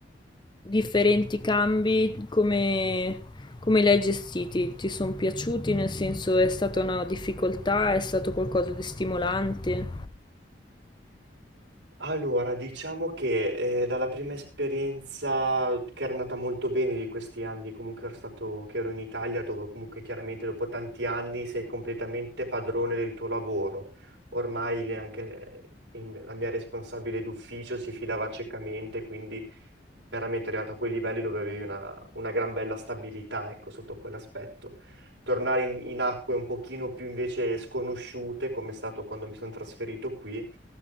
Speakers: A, on the left (about 25°); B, on the right (about 85°).
A: differenti cambi come, come li hai gestiti? Ti sono piaciuti? Nel senso, è stata una difficoltà? È stato qualcosa di stimolante?
B: Allora, diciamo che eh, dalla prima esperienza che era andata molto bene di questi anni, comunque ero stato, che ero in Italia, dove comunque chiaramente dopo tanti anni sei completamente padrone del tuo lavoro. Ormai le- anche eh, il- la mia responsabile d'ufficio si fidava ciecamente, quindi veramente arrivato a quei livelli dove avevi una, una gran bella stabilità, ecco, sotto quell'aspetto. Tornare in, in acque un pochino più invece sconosciute, come è stato quando mi sono trasferito qui,